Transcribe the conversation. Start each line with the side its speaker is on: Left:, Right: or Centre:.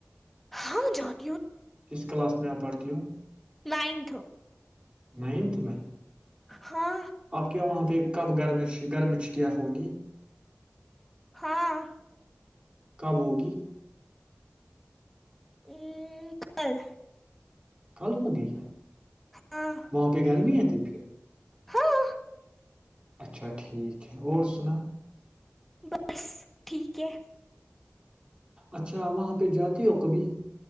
Centre: ہاں جات
Right: کس کلاس میں آپ پڑھتے توں
Centre: نائنتھ
Right: نائنت میں
Centre: ہاں
Right: آپ کیا وہاں پ کب گرمچ گرمیچ کیا ہو گی
Centre: ہاں
Right: کب ہوگی
Centre: ا کل
Right: کل ہو گئی
Centre: ہاں
Right: وہاں پہ گرمی ہے ت السلام علیکم محترم
Centre: ہاں
Right: اچھا ٹھیک ہے اور سنا
Centre: بس ٹھیک ہے
Right: اچھا وہاں پہ جاتی ہو کبھی